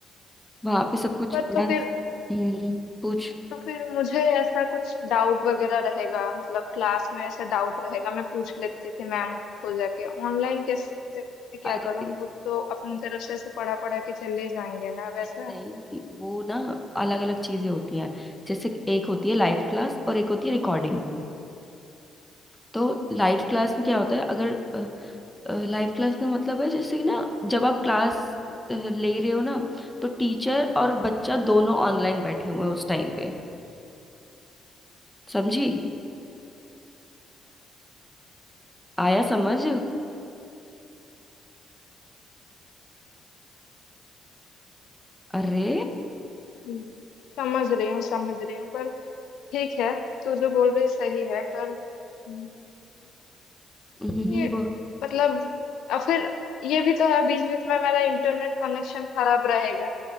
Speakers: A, in the centre; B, on the left.
A: वहां पे सब कुछ
B: पर
A: बड़ा
B: तो फिर
A: हम्म पूछ
B: तो फिर मुझे ऐसा कुछ डाउट वगैरह रहेगा मतलब क्लास में ऐसा डाउट रहेगा मैं पूछ लेती थी मैम को जाके ऑनलाइन कैसे क्या
A: अरे
B: करूँ वो तो अपनी तरफ से ऐसे पढ़ा पढ़ा के चले जाएंगे ना वैसा
A: नहीं नहीं वो ना अलग अलग चीजें होती हैं जैसे कि एक होती है लाइव क्लास और एक होती है रिकॉर्डिंग तो लाइव क्लास में क्या होता है अगर लाइव क्लास का मतलब है जैसे कि ना जब आप क्लास ले रहे हो ना तो टीचर और बच्चा दोनों ऑनलाइन बैठे हुए हैं उस टाइम पे समझी आया समझ अरे
B: हम्म। समझ रही हूँ समझ रही हूँ पर ठीक है तू जो बोल रही सही है पर हम्म,
A: हम्म, हम्म,
B: ये
A: हम्म, वो
B: मतलब और फिर ये भी तो है बीच बीच में मेरा इंटरनेट कनेक्शन खराब रहेगा